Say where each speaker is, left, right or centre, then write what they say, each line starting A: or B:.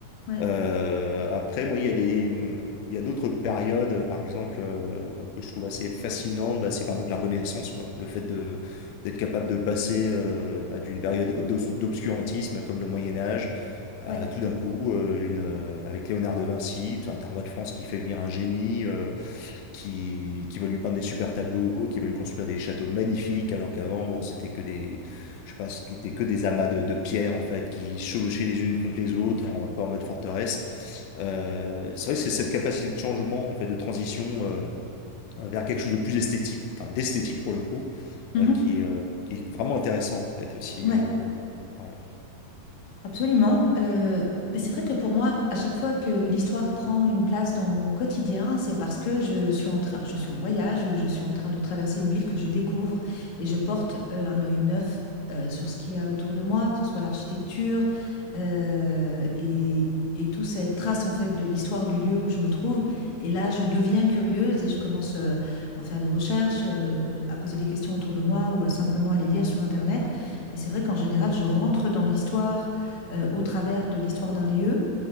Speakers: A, on the left; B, on the left.
A: Ouais,
B: Euh, après, moi, il y a des, hum, il y a d'autres périodes, par exemple, euh, bon, que je trouve assez fascinantes, bah, c'est par exemple la Renaissance, quoi. Le fait de, d'être capable de passer euh, bah, d'une période d'obs- d'obscurantisme comme le Moyen Âge à-
A: ouais,
B: tout d'un coup, euh, une, euh, avec Léonard de Vinci, tu as un roi de France qui fait venir un génie, euh, qui, qui va lui peindre des super tableaux, qui va lui construire des châteaux magnifiques, alors qu'avant, bon, c'était que des, je sais pas, c'était que des amas de, de pierres, en fait, qui chevauchaient les unes contre les autres, en, un peu en mode forteresse. Euh, c'est vrai que c'est cette capacité de changement, en fait, de transition, euh, vers quelque chose de plus esthétique, enfin, d'esthétique pour le coup,
A: Mhm.
B: euh, qui, est, euh, qui est vraiment intéressant, en fait, aussi.
A: ouais.
B: euh, ouais.
A: Absolument. Euh, mais c'est vrai que pour moi, à chaque fois que l'histoire prend une place dans mon quotidien, c'est parce que je suis en train, je suis en voyage ou je suis en train de traverser une ville que je découvre et je porte euh, un œil neuf euh, sur ce qu'il y a autour de moi, que ce soit l'architecture euh, et, et toute cette trace en fait de l'histoire du lieu où je me trouve. Et là, je deviens curieuse et je commence euh, à faire des recherches, euh, à poser des questions autour de moi ou à simplement aller lire sur Internet. Et c'est vrai qu'en général, je rentre dans l'histoire euh, au travers de l'histoire d'un lieu